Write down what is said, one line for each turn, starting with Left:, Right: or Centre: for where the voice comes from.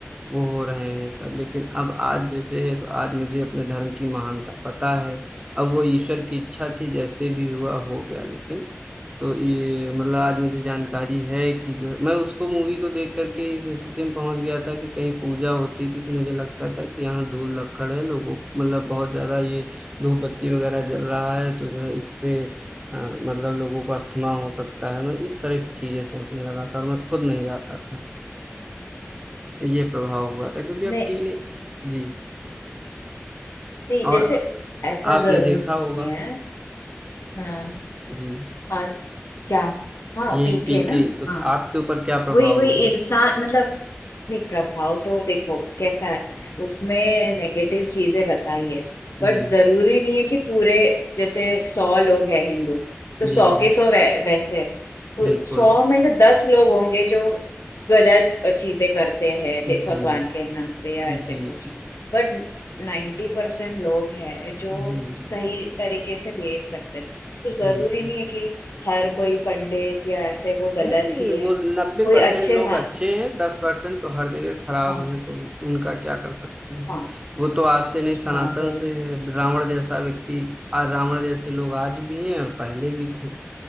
Right: वो हो रहे हैं सब लेकिन अब आज जैसे है तो आज मुझे अपने धर्म की महानता पता है अब वो ईश्वर की इच्छा थी जैसे भी हुआ हो गया लेकिन तो ये मतलब आज मुझे जानकारी है कि जो मैं उसको मूवी को देख करके इस स्थिति में पहुंच गया था कि कहीं पूजा होती थी तो मुझे लगता था कि यहाँ धूल लक्कड़ है लोगों मतलब बहुत ज्यादा ये धूप बत्ती वगैरह जल रहा है तो जो है इससे अ, मतलब लोगों को अस्थमा हो सकता है मैं इस तरह की चीजें सोचने लगा था और मैं खुद नहीं जाता था ये प्रभाव हुआ था क्योंकि अब
Left: नहीं
Right: टीने जी
Left: नहीं जैसे
Right: और
Left: ऐसा
Right: आपने
Left: जरूर
Right: देखा
Left: नहीं
Right: होगा
Left: है हाँ
Right: जी
Left: और क्या हाँ
Right: यही
Left: पीके
Right: पीके
Left: ना
Right: तो
Left: हाँ
Right: आपके ऊपर क्या प्रभाव
Left: वही वही
Right: हुआ
Left: इंसान मतलब नहीं प्रभाव तो देखो कैसा है उसमें नेगेटिव चीजें बताई है बट
Right: जी
Left: जरूरी नहीं है कि पूरे जैसे सौ लोग हैं हिंदू तो सौ
Right: जी जी
Left: के सौ वै, वैसे वो
Right: बिल्कुल
Left: सौ में से दस लोग होंगे जो गलत चीजें करते हैं दे-
Right: जी
Left: भगवान के नाम पे या ऐसे
Right: जी
Left: कुछ
Right: जी
Left: बट नाइन्टी परसेंट लोग हैं जो
Right: हम्म,
Left: सही तरीके से बिहेव करते हैं तो
Right: बिल्कुल
Left: जरूरी नहीं है कि हर कोई पंडित या ऐसे वो गलत
Right: नहीं नहीं
Left: ही है
Right: वो नब्बे
Left: कोई
Right: परसेंट
Left: अच्छे
Right: लोग
Left: मा
Right: अच्छे हैं दस परसेंट तो हर जगह खराब
Left: हाँ
Right: हैं तो उस- उनका क्या कर सकते हैं
Left: हाँ
Right: वो तो आज से नहीं सनातन
Left: हाँ वही
Right: से है रावण जैसा व्यक्ति आ- रावण जैसे लोग आज भी हैं और पहले भी थे